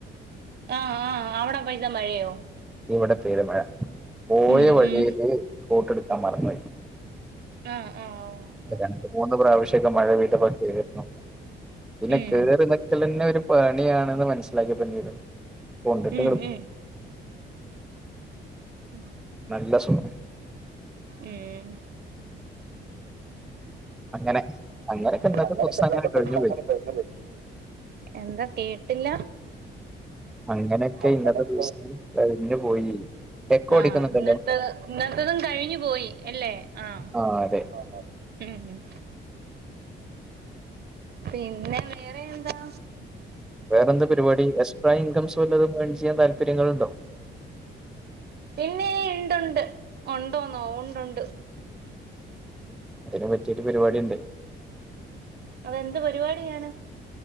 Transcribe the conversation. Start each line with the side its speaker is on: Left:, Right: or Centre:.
Right: ആഹ് ആഹ് അവിടെ പെയ്ത മഴയൊ?
Centre: ഇവിടെ പെയ്ത മഴ പോയ
Right: ഉം
Centre: വഴിയില്
Right: ഉം
Centre: കോട്ടെടുക്കാൻ മറന്നോയ്
Right: ആഹ് ആഹ് ഓ ഹ്
Centre: രണ്ട മൂന്ന് പ്രാവശ്യോക്കെ മഴ പെയ്തപ്പോ കേറിന്നു പിന്നെ
Right: ഉം
Centre: കേറി ക്കലെന്നെ ഒരു പണിയാണ്ന്ന് മനസ്സിലാക്കിപ്പൊന്ത്‌ ചെയ്തു കൊണ്ടിട്ട്
Right: ഉം
Centre: ഇങ്ങ
Right: ഉം <unintelligible>
Centre: നല്ല സുഗം
Right: ഉം
Centre: അങ്ങനെ അങ്ങനൊക്കെ ന്നിത്തസം
Right: അങ്ങനൊക്കെ ഇന്നത്തെ
Centre: അങ്ങനെ
Right: ദിവസം
Centre: കഴിഞ്
Right: അങ്ങനെ
Centre: പോയി
Right: കഴിഞ്ഞു പോയി. എന്താ കേട്ടില്ല
Centre: അങ്ങനെയൊക്കെ
Right: അങ്ങനൊക്കെ
Centre: ഇന്നത്തെ ദിവസം കഴിഞ് പോയി എക്കോ
Right: ആഹ്
Centre: അടിക്കുന്നുണ്ടല്ലോ
Right: ഇന്നത്തെ ഇന്നത്തതും കഴിഞ്ഞു പോയി അല്ലേ ആഹ്
Centre: ആ അതെ
Right: ആ അതെ ഉംഹും പിന്നെ വേറെ എന്താ?
Centre: വേറെ എന്ത പരിപാടി എക്സ്ട്രാ ഇൻകംസ് വല്ലതും ഏൺ ചെയ്യാൻ താപര്യങ്ങളിണ്ടോ?
Right: പിന്നെ ഇണ്ടുണ്ട് ഉണ്ടോന്നോ ഉണ്ടുണ്ട്
Centre: അതിനു പറ്റിയെരു പരിപാടിണ്ട്.
Right: അതെന്ത് പരിപാടിയാണ്